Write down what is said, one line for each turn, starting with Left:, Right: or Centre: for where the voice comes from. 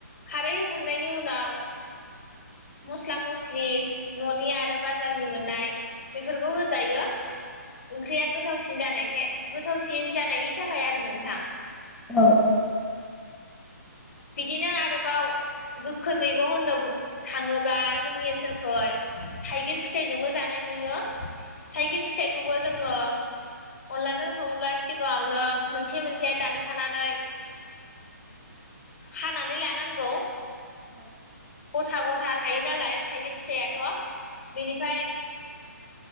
Left: खारै होखांनायनि उनाव
Centre: <inaudible>
Left: मस्ला मस्लि न'नि आरो बाजारनि मोननाय बेफोरखौ होजायो ओंख्रिया गोथावसिन जानायखाय गोथावसिन जानायनि थाखाय आरो नोंथां
Centre: औ
Left: बिदिनो आरोबाव गोखै मैगं होननो थाङोब्ला जोंनि ओनसोलखै थाइगिर फिथाइजोंबो जानाय नुयो थाइगिर फिथाइखौबो जोङो अनलाजों सङोब्ला सिगाङावनो मोनसे-मोनसे दानखानानै
Centre: <inaudible>
Left: हानानै लानांगौ गथा-गथा थायो नालाय थाइगिर फिथाइआथ' बिनिफाय